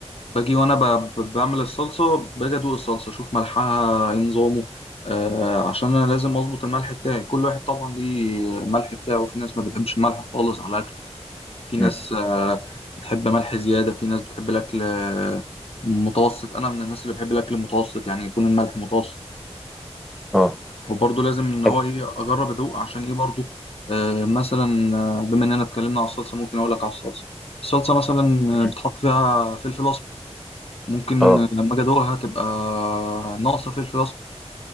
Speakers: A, on the left; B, in the centre.
A: باجي وأنا ب- ب- بعمل الصلصة باجي أدوق الصلصة أشوف ملحها إيه نظامه آه عشان أنا لازم أظبط الملح بتاعي كل واحد طبعا ليه ملح بتاعه في ناس ما بتحبش الملح خالص على الأكل في ناس
B: مم.
A: آه بتحب ملح زيادة في ناس بتحب الأكل آه، متوسط أنا من الناس اللي بحب الأكل المتوسط يعني يكون الملح متوسط
B: اه
A: وبرضه لازم ان هو
B: أك-
A: ايه اجرب ادوق عشان ايه برضه آه مثلا آه، بما اننا اتكلمنا على الصلصه ممكن اقول لك على الصلصه الصلصه مثلا
B: مم.
A: آه، بتحط فيها فلفل اسمر ممكن
B: اه
A: لما اجي ادوقها تبقى ناقصه فلفل اسمر